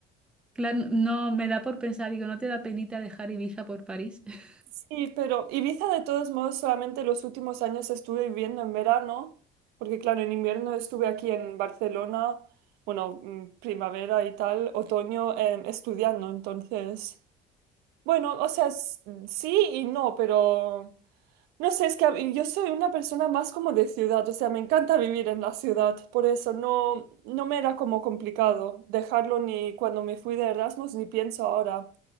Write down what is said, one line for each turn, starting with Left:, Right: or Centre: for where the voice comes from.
Centre: claro, no me da por pensar, digo, ¿no te da penita dejar Ibiza por París? <laughs>
Right: Sí, pero Ibiza de todos modos solamente los últimos años estuve viviendo en verano, porque claro, en invierno estuve aquí en Barcelona, bueno, mm, primavera y tal, otoño, em, estudiando, entonces. Bueno, o sea, s- sí y no, pero no sé, es que a- yo soy una persona más como de ciudad, o sea, me encanta vivir en la ciudad, por eso no, no me era como complicado dejarlo ni cuando me fui de Erasmus ni pienso ahora.